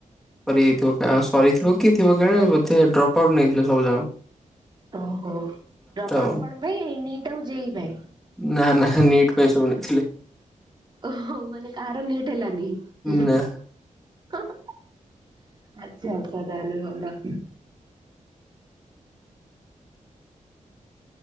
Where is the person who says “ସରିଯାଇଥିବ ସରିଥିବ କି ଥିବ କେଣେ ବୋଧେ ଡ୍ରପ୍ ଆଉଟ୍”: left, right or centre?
Centre